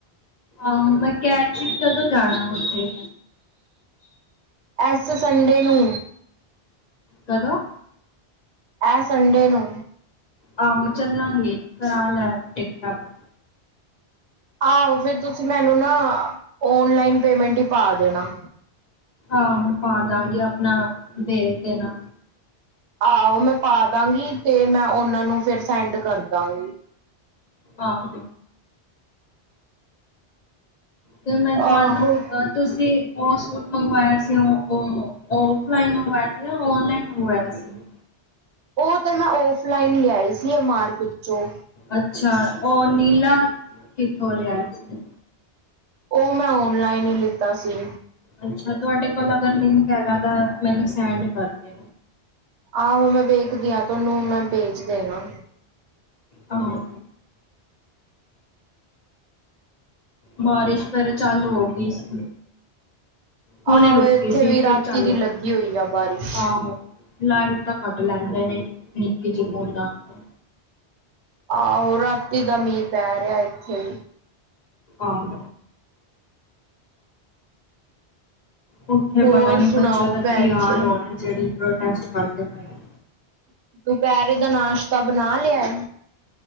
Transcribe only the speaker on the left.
ਆਹੋ ਮੈਂ ਕੈ ਕਦੋਂ ਜਾਣਾ ਉੱਥੇ
ਕਦੋਂ?
ਆਹੋ ਚੱਲਾਗੇ ਕਰਾ ਲੈ ਟਿਕਟਾ ਬੁਕ।
ਆਹੋ ਪਾਦਾਗੀ ਆਪਣਾ ਦੇਦੇਨਾ
ਆਹੋ। ਤੇ ਮੈਂ ਤੁਆਨੂੰ
ਤੁਸੀਂ ਉਹ ਸੂਟ ਮੰਗਵਾਇਆ ਸੀ ਉਹ ਉਹ ਔਫਲਾਈਨ ਮੰਗਵਾਇਆ ਸੀ ਯਾਂ ਔਨਲਾਈਨ ਮੰਗਵਾਇਆ ਸੀ।
ਅੱਛਾ ਉਹ ਨੀਲਾ ਕਿੱਥੋਂ ਲਿਆ ਸੀ?
ਅੱਛਾ ਤੁਹਾਡੇ ਕੋਲ ਲਿੰਕ ਹੈਗਾ ਤਾਂ ਸੈਂਡ ਕਰ ਦੇ।
ਆਹੋ ਬਾਰਿਸ਼ ਫੇਰ ਚਾਲੂ ਹੋ ਗਈ ਸੀ। ਹੁਣੇ
ਰੁਕੀ
ਸੀ
ਫਿਰ ਚੱਲੂ
ਹੋਗੀ,
ਆਹੋ। ਲਾਈਟ ਤਾਂ ਕੱਟ ਲੈਂਦੇ ਨੇ ਨਿੱਕ ਜੀ ਬੂੰਦਾ ਤੋ।
ਆਹੋ ਉੱਥੇ
ਪਤਾ ਨੀ
ਬੱਚਿਆਂ ਦਾ
ਕੀ ਹਾਲ
ਹੋ ਹੈ ਜਿਹੜੀ ਪ੍ਰਰੋਸੇਟ ਦੇ ਪਏ। ਆ।